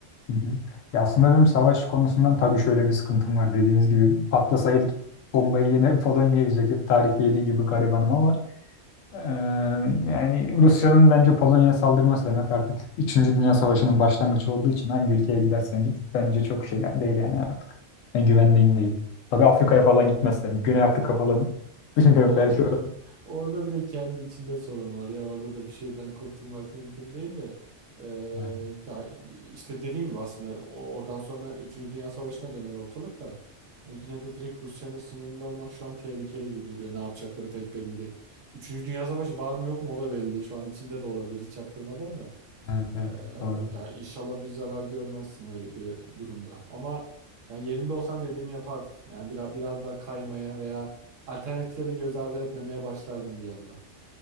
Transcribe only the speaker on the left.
Hı hı. Ya aslında benim savaş konusundan tabii şöyle bir sıkıntım var. Dediğiniz gibi patlasa ilk bombayı yine <laughs> Polonya yiyecek. Hep tarihte yediği gibi garibanım ama eee, yani Rusya'nın bence Polonya'ya saldırması demek artık üçüncü Dünya Savaşı'nın başlangıcı olduğu için hangi ülkeye gidersen git bence çok şey değil yani artık. Yani güvendiğim değil. Tabii Afrika'ya falan gitmezsem. Güney Afrika falan <laughs>
bilmiyorum
belki orada.
Evet,
evet,
evet doğru.